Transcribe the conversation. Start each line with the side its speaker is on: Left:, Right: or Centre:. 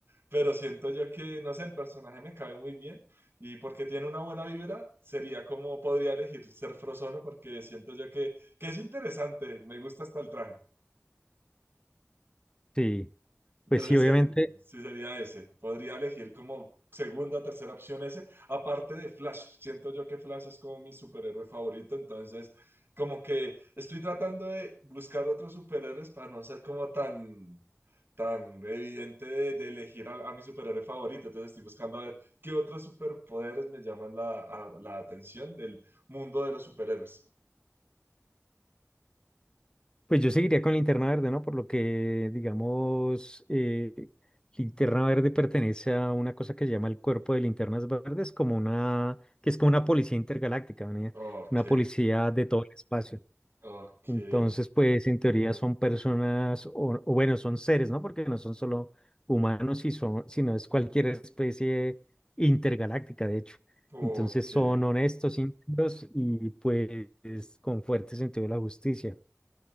Right: pero siento yo que, no sé, el personaje me cabe muy bien y porque tiene una buena vibra, sería como podría elegir ser Frozono porque siento yo que, que es interesante, me gusta hasta el traje.
Left: sí.
Right: Entonces,
Left: Pues sí, obviamente
Right: eh, sí sería ese. Podría elegir como segunda, tercera opción ese. Aparte de Flash, siento yo que Flash es como mi superhéroe favorito, entonces como que estoy tratando de buscar otros superhéroes para no ser como tan, tan evidente de, de elegir a, a mi superhéroe favorito. Entonces estoy buscando a ver qué otros superpoderes me llaman la, a- la atención del mundo de los superhéroes.
Left: Pues yo seguiría con Linterna Verde, ¿no? Por lo que, digamos, eh, Linterna Verde pertenece a una cosa que se llama el Cuerpo de Linternas Verdes, como una, que es como una policía intergaláctica, ¿no?
Right: Ok,
Left: Una policía de todo el espacio.
Right: ok,
Left: Entonces, pues en teoría son personas, o, o bueno, son seres, ¿no? Porque no son solo humanos, y son, sino es cualquier especie intergaláctica, de hecho.
Right: ok,
Left: Entonces son honestos, íntegros y pues con fuerte sentido de la justicia.